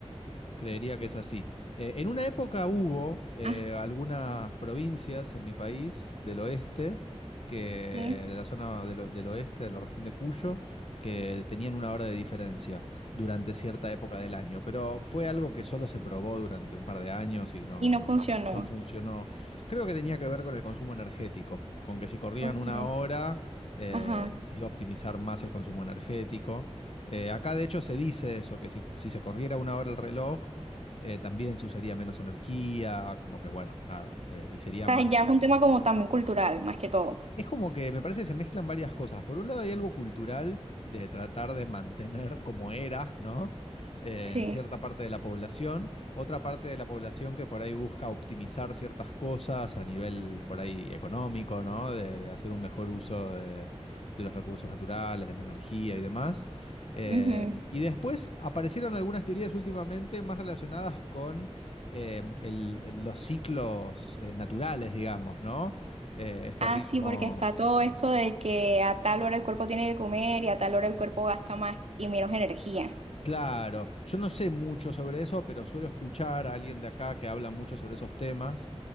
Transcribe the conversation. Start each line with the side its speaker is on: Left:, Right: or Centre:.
Left: Creería que es así. Eh, en una época hubo eh,
Right: Ah,
Left: algunas provincias en mi país del oeste, que,
Right: sí.
Left: de la zona del, del oeste, de la región de Cuyo, que tenían una hora de diferencia durante cierta época del año. Pero fue algo que solo se probó durante un par de años y no,
Right: Y no
Left: no,
Right: funcionó.
Left: no funcionó. Creo que tenía que ver con el consumo energético, con que si corrían
Right: Ok.
Left: una hora, eh,
Right: Ajá.
Left: se iba a optimizar más el consumo energético. Eh, acá de hecho se dice eso, que si, si se corriera una hora el reloj, eh, también se usaría menos energía, como que bueno, nada, eh, y sería
Right: O
Left: más,
Right: sea, ya es un tema como también cultural, más que todo.
Left: es como que me parece que se mezclan varias cosas. Por un lado hay algo cultural de tratar de mantener como era, ¿no? Eh,
Right: Sí.
Left: en cierta parte de la población. Otra parte de la población que por ahí busca optimizar ciertas cosas a nivel por ahí económico, ¿no? De, de hacer un mejor uso de, de los recursos naturales, de la energía y demás. Eh,
Right: Ujú.
Left: y después aparecieron algunas teorías últimamente más relacionadas con... eh, el- los ciclos eh, naturales, digamos, ¿no? eh, este
Right: Ah,
Left: ritmo.
Right: sí, porque está todo esto de que a tal hora el cuerpo tiene que comer y a tal hora el cuerpo gasta más y menos energía.
Left: Claro, yo no sé mucho sobre eso, pero suelo escuchar a alguien de acá que habla mucho sobre esos temas,